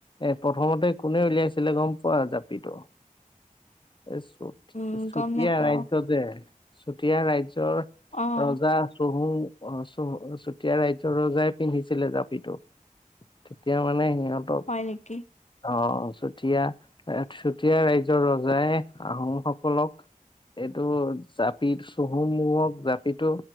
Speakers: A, on the left; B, on the left.
A: এ প্ৰথমতে কোনে উলিয়াইছিলে গম পোৱা জাপিটো? এ চ
B: উম
A: চুতীয়া
B: গম নোপাও
A: ৰাজ্য যে চুতীয়া ৰাজ্যৰ
B: অহ
A: ৰজা চুহু অ চুহু চুতীয়া ৰাজ্যৰ ৰজাই পিন্ধিছিলে জাপিটো। চুতিয়া মানে সিহঁত
B: হয় নেকি?
A: অ চুতীয়া এ চুতীয়া ৰাজ্যৰ ৰজাই আহোমসকলক এইটো জাপি, চুহুংমুঙক জাপিটো